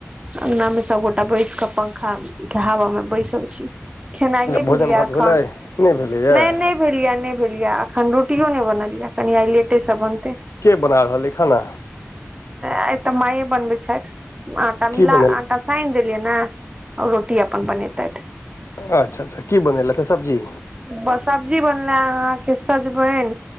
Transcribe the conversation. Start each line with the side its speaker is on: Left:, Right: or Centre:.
Right: अंगना मे सबगोटा बैसक पंखा के हावमे बैसल छी। खेनाइ नहि
Left: भोजन
Right: भेलै
Left: भात
Right: यऽ एखन
Left: भेलै नहि भेलैए
Right: नहि नहि। नहि भेल य नहि भेल या अखन रोटियो नहि बनल या कनि आइ लेटे सऽ बनतै।
Left: के बना रहल अइय खाना।
Right: आइ तऽ माइये बनबै छैथ आटा
Left: की
Right: मिला।
Left: बनेल
Right: आटा साइन देलियैन ये रोटी अपन बनेैतैथ।
Left: अच्छा अच्छा की बनेलैथे सब्जी।
Right: ब सब्जी बनल्ले अहाँके सजबैन।